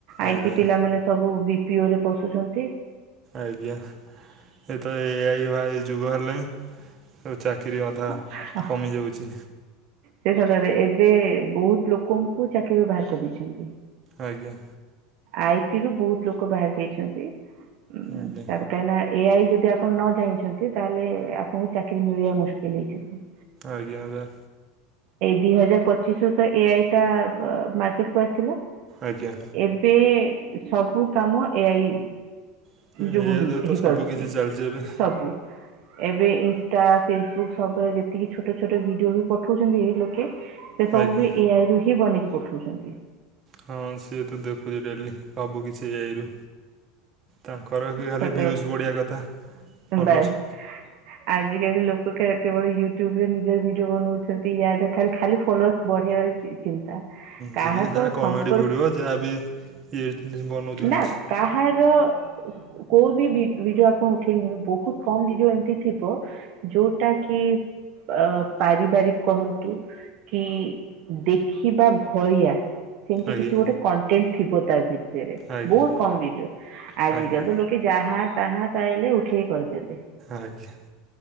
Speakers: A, on the right; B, on the right.
A: ଆଇ-ଟି
B: ଆଜ୍ଞା
A: ପିଲାମାନେ ସବୁ ବି ପିଓରେ ପଶୁଛନ୍ତି।
B: ଆଜ୍ଞା। ଏ ତ ଏ-ଆ-ଇ ଭାଇ ଯୁଗ ହେଲାଣି ସବୁ ଚାକିରି ଅଧା
A: ଅ ଅ
B: କମିଯାଉଛି
A: ଶେଷଟାରେ ଏବେ ବହୁତ ଲୋକଙ୍କୁ ଚାକିରିରୁ ବାହାର କରିଦେଇଛନ୍ତି।
B: ଆଜ୍ଞା।
A: ଆଇଟିରୁୁ ବହୁତ ଲୋକ ବାହାରି ଯାଇଛନ୍ତି ଉ
B: ଆଜ୍ଞା
A: ତା କହିଁକି ନା ଏଆଇ ଯଦି ଆପଣ ନ ଜାଣିଛନ୍ତି ତାହେଲେ ଆପଣଙ୍କୁ ଚାକିରି ମିଳିବା ମୁସ୍କିଲ୍ ହେଇଯିବ।
B: ଆଜ୍ଞା ଆଜ୍ଞା।
A: ଏଇ ଦି ହଜାର ପଚିଶ ରୁ ତ ଏ ଆଇ ଟା ମାର୍କେଟ କୁ ଆସିଲା।
B: ଆଜ୍ଞା।
A: ଏବେ ସବୁ କାମ ଏ ଆଇ
B: ଏଇଆ
A: ଯୋଗ ହେଇ
B: ଦ୍ୱାରା ତ
A: ହେଇପାରୁଛି
B: ସବୁ କିିଛି ଚାଲିଛି ଏବେ
A: ସବୁ ଏବେ ଏ ଟା ଫେସବୁକ୍ ସବୁଳେ ଯେତିକି ଛୋଟ ଛୋଟ ଭିଡିଓ ବି ପଠଉଛନ୍ତି ଲୋକେ ସେ ସବୁ
B: ଆଜ୍ଞା
A: ବି ଏଇଆଇ ରୁ ହିଁ ବନେଇକି ପଠଉଛନ୍ତି।
B: ହଁ ସିଏ ତ ଦେଖୁଛି ଡେଲି ହବୁ କିଛି ଏ ଆଇ ରୁ ତାଙ୍କର ଖାଲି
A: ସତ
B: ଭିଉଜ ବଢିଆ କଥା ଫଲୋସ
A: ବାସ୍ ଆଜିକାଲି ଲୋକ କେ କେବଳ ୟୁଟ୍ୟୁବ ରେ ନିଜର ଭିଡିଓ ବନଉଛନ୍ତି ୟା ଖାଲି ଖାଲି ଫଲୋର୍ ବଢାଇ ଚିନ୍ତା କାହାକୁ
B: ଯ ଯାହା କମେଡ଼ି
A: ସମ୍ପର୍କ
B: ଭିଡ଼ିଓ ଯାହା ବି ଇଏ ବନଉଛନ୍ତି
A: ନା କାହାର କୋଉ ବି ଭିଡିଓ ଆପଣ ଉଠେଇିବେନି ବହୁତ କମ ଭିଡିଓ ଏମିତି ଥିବ ଯୋଉଟା କି ଆ ପାରିବାରିକ କୁହନ୍ତୁ କି ଦେଖିବା ଭଇଆ ସେମିତି
B: ଆଜ୍ଞା
A: କିଛି ଗୋଟେ କଣ୍ଟେଣ୍ଟ ଥିବ ତା ଭିତରେ
B: ଆଜ୍ଞା
A: ବହୁତ କମ ଭିଡିଓ ଆଜିକାଲି
B: ଆଜ୍ଞା
A: ତ ଲୋକେ ଯାହା ତାହା ପାଇଲେ ଉଠେଇ ପ ତିଲେ
B: ଆଜ୍ଞା ଆଜ୍ଞା